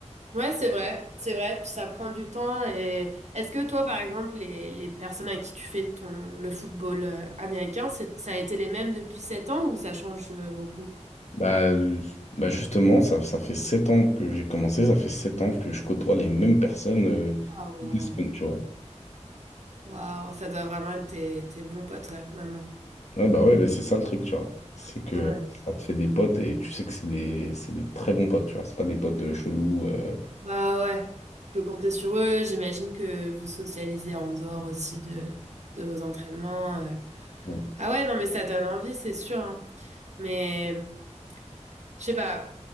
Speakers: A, on the right; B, on the left.
A: Ouais, c'est vrai, c'est vrai, puis ça prend du temps. Et est-ce que toi, par exemple, les, les personnes avec qui tu fais ton, le football euh, américain, c'est- ça a été les mêmes depuis 7 ans ou ça change euh, beaucoup?
B: Bah, euh, bah justement, ça, ça fait sept ans que j'ai commencé, ça fait sept ans que je côtoie les mêmes personnes euh,
A: Ah, waouh,
B: toutes les semaines, tu vois.
A: waouh, ça doit vraiment être tes, tes bons potes là, maintenant.
B: Ouais, bah ouais, mais c'est ça le truc, tu vois. C'est que
A: Ouais.
B: ça te fait des potes et tu sais que c'est des, c'est des très bons potes, tu vois. C'est pas des potes euh, chelous. euh,
A: Bah ouais, tu peux compter sur eux. J'imagine que vous socialisez en dehors aussi de, de vos entraînements. euh.
B: bon.
A: Ah ouais, non, mais ça donne envie, c'est sûr, hein. Mais je sais pas.